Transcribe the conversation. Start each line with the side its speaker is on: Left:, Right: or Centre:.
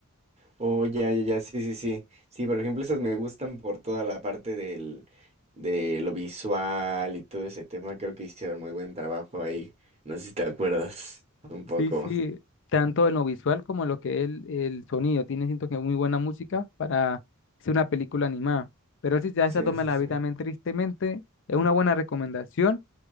Right: Oh, ya, ya, ya, sí, sí, sí. Sí, por ejemplo, esas me gustan por toda la parte del, de lo visual y todo ese tema. Creo que hicieron muy buen trabajo ahí. No sé si te acuerdas un poco.
Left: Sí, sí, tanto en lo visual como en lo que es el, el sonido. Tiene, siento que muy buena música para ser una película animada. Pero sí, ya
Right: Sí,
Left: esa dos me
Right: sí,
Left: las
Right: sí.
Left: vi también, tristemente. Es una buena recomendación,